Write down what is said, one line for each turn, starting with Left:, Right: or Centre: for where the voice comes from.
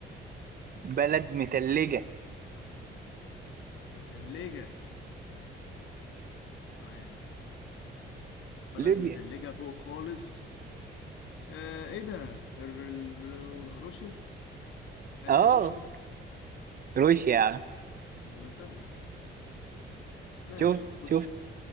Right: بلد متلجة
Left: متلجة مش عارف بلد
Right: ليبيا
Left: متلجة فوق خالص آه ايه ده ال- ال- روسيا هل
Right: اه
Left: هي روسيا
Right: روسيا يا عم
Left: طب ما سهلة ماشي
Right: شفت
Left: اخش
Right: شفت